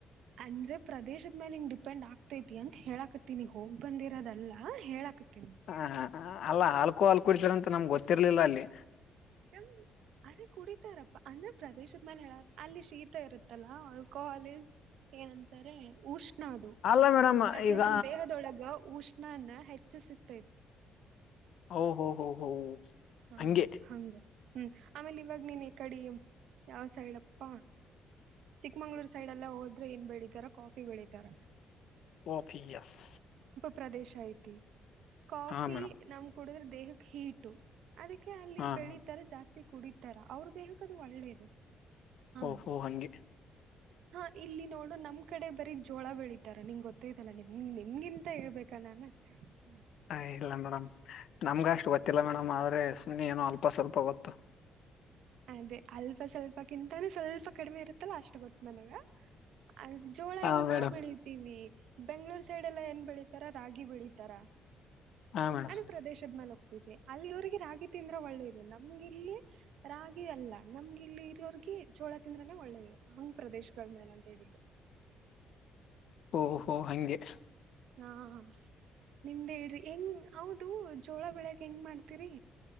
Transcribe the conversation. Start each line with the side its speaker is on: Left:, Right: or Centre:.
Right: ಅಂದ್ರೆ ಪ್ರದೇಶದ ಮೇಲೆ ಹಿಂಗ ಡಿಪೆಂಡ್ ಆಗ್ತೈತಿ ಅಂತ ಹೇಳಾಕತ್ತಿನಿ ಹೋಗ್ ಬಂದಿರೋದಲ್ಲ ಹೇಳಾಕತ್ತಿ.
Left: ಹ ಹ ಅಲ್ಲಾ ಆಲ್ಕೋಹಾಲ್ ಕುಡಿಸಿರ ಅಂತ ನಮ್ಗ ಗೊತ್ತಿರ್ಲಿಲ್ಲ ಅಲ್ಲಿ.
Right: <unintelligible> ಅರೆ ಕುಡಿತಾರಪ್ಪಾ ಅಂದ್ರ ಪ್ರದೇಶದ ಮೇಲೆ ಹೇಳ ಅಲ್ಲಿ ಶೀತ ಇರುತ್ತಲ್ಲ ಆಲ್ಕೋ ಹಾಲ್ ಲಿ ಏನಂತಾರೆ ಉಷ್ಣ ಅದು
Left: ಅಲ್ಲ ಮೇಡಮ್
Right: ಅದು
Left: ಈಗ
Right: ನಮ್ ದೇಹದೊಳಗ ಉಷ್ಣ ನಾನ ಹೆಚ್ಚಿಸುತ್ತೆ.
Left: ಓ ಹೊೋ ಹ ಹೋ.
Right: ಹಾ
Left: ಹಂಗೆ
Right: ಹಂಗ. ಹ್ಮ್ ಆಮೇಲೆ ಇವಾಗ ನೀನ್ ಕಡೆ ಯಾವ್ ಸೈಡ್ ಅಪ್ಪ. ಚಿಕ್ಕಮಂಗ್ಳೂರ್ ಸೈಡ್ಲ್ಲ ಹೋದ್ರೆ ಏನ್ ಬೆಳಿತಾರ ಕಾಫಿ ಬೆಳೀತಾರ.
Left: ಕಾಫ್ ಎಸ್.
Right: ಪ್ರದೇಶ ಐತಿ ಕಾಫಿ
Left: ಹಾ ಮೇಡಮ್
Right: ನಮ್ ಕುಡುದ್ರೆ ದೇಹಕ್ಕೆ ಹೀಟು. ಅದಕ್ಕೆ ಅಲ್ಲಿ
Left: ಹಾ
Right: ಬೆಳಿತಾರ
Left: ಹಾ
Right: ಜಾಸ್ತಿ ಕುಡಿತಾರ ಅವ್ರ ದೇಹಕ್ಕೆ ಅದು ಒಳ್ಳೇದು. ಹಂಗ
Left: ಓಹೋ ಹಂಗೆ.
Right: ಹಾ ಇಲ್ಲಿ ನೋಡು ನಮ್ ಕಡೆ ಬರೀ ಜೋಳ ಬೆಳೀಿತಾರ ನಿನ್ ಗೊತ್ತೈ್ತಲ್ಲಾ ನಿಮ ನಿಮ್ಗಿಂತ ಹೇಳ್ಬೇಕಾ ನಾನ್. <unintelligible>
Left: ಹ ಇಲ್ಲ ಮೇಡಮ್ ನಮ್ಗ ಅಷ್ಟು ಗೊತ್ತಿಲ್ಲ ಮೇಡಮ್ ಆದ್ರೆ ಸುಮ್ನೆ ಏನೋ. ಅಲ್ಪ ಸ್ವಲ್ಪ ಗೊತ್ತು.
Right: ಅದೇ ಅಲ್ಪ ಸ್ವಲ್ಪಕ್ಕಿಂತಾನೂ ಸ್ವಲ್ಪ ಕಡಿಮೆ ಇರುತ್ತಲ್ಲ ಅಷ್ಟು ಗೊತ್ತು ನನಗ. ಅ ಜೋಳ
Left: ಹಾ
Right: ಎಲ್ಲ ನಾವವು
Left: ಮೇಡಮ್
Right: ಬೆಳಿತೀವಿ ಬೆಂಗ್ಳೂರ್ ಸೈಡ್ ಎಲ್ಲ ಏನ್ ಬೆಳೀತಾರ ರಾಗಿ. ಗಿ ಬೆಳಿತಾರ.
Left: ಹಾ ಮೇಡಮ್
Right: ಅದ ಪ್ರದೇಶದ್ ಮೈಲ <unintelligible> ಅಲ್ಲಿವರಿಗೆ ರಾಗಿ ತಿಂದ್ರೆ ಒಳ್ಳೇದು ನಮ್ಗೆ ಇಲ್ಲಿ ರಾಗಿ ಅಲ್ಲ ನಮ್ಗೆ ಇಲ್ಲಿ ಇರೋರಿಗ. ಗಿ ಚೋಳ ತಿಂದ್ರನೆ ಒಳ್ಳೇದು ಹಂಗ್ ಪ್ರದೇಶಗಳ ಮೇಲೆ ಅಂತ ಹೇಳಿದ್ದು.
Left: ಓಹೋ ಹಂಗೆ.
Right: <unintelligible> ನಿಮ್ದೇ ಇಡ್ರಿ ಹೆಂಗ ಹೌದು ಜೋಳ ಬೆಳಕ್ ಹೆಂಗ್ ಮಾಡ್ತೀರಿ.